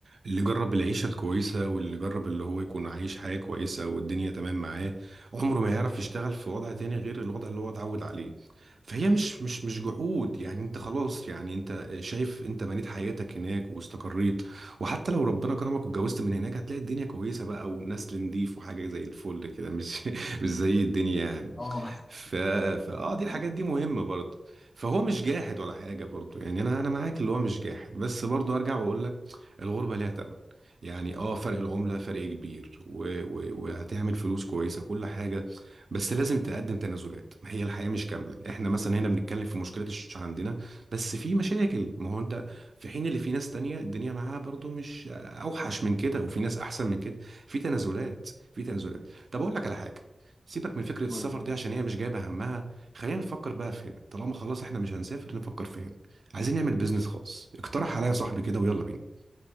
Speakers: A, on the right; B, on the left.
A: اللي جرب العيشة الكويسة واللي جرب اللي هو يكون عايش حياة كويسة والدنيا تمام معاه عمره ما يعرف يشتغل في وضع تاني غير الوضع اللي هو اتعود عليه فهي مش مش مش جحود يعني انت خلاص يعني انت شايف انت بنيت حياتك هناك واستقريت وحتى لو ربنا كرمك واتجوزت من هناك هتلاقي الدنيا كويسة بقى ونسل نضيف وحاجة زي الفل كده مش <laughs> مش زي الدنيا يعني
B: اه
A: ف... فاه دي الحاجات
B: <coughs>
A: دي مهمة برضه فهو مش جاحد ولا حاجة برضه يعني انا انا معاك اللي هو مش جاحد بس برضه ارجع واقول لك الغربة ليها تمن يعني اه فرق العملة فرق كبير و... و... وهتعمل فلوس كويسة كل حاجة بس لازم تقدم تنازلات ما هي الحياة مش كاملة احنا مثلا هنا بنتكلم في مشكلة الشيش عندنا بس في مشاكل ما هو انت في حين اللي في ناس تانية الدنيا معاها برضه مش اوحش من كده وفي ناس احسن من كده في تنازلات في تنازلات طب اقول لك على حاجة سيبك من فكرة السفر
B: قول لي
A: دي عشان هي مش جايبة همها خلينا نفكر بقى فين طالما خلاص احنا مش هنسافر نفكر فين عايزين نعمل بيزنس خاص اقترح عليا صاحبي كده ويلا بينا